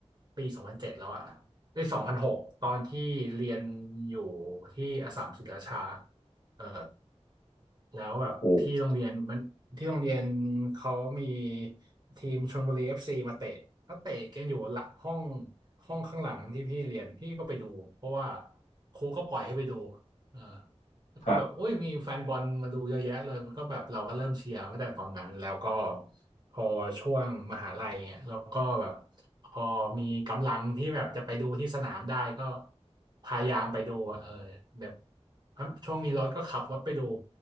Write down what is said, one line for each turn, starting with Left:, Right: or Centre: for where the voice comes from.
Right: ปีสองพันเจ็ดแล้วอะปีสองพันหกตอนที่เรียนอยู่ที่อัสสัมศรีราชาเออแล้วแบบที่โรงเรียนมันที่โรงเรียน
Left: โอ้โห
Right: เขามีทีมชลบุรีเอฟซีมาเตะเขาเตะกันอยู่หลังห้องห้องข้างหลังที่พี่เรียนพี่ก็ไปดูเพราะว่าครูก็ปล่อยให้ไปดูเออแล้วก็แบบอุ้ยมีแฟนบอลมาดูเยอะแยะเลยมันก็แบบเราก็เริ่มเชียร์ตั้งแต่ตอนนั้นแล้วก็
Left: ครับ
Right: พอช่วงมหาลัยเนี่ยแล้วก็แบบพอมีกำลังที่แบบจะไปดูที่สนามได้ก็พยายามไปดูอะเออแบบช่วงมีรถก็ขับรถไปดู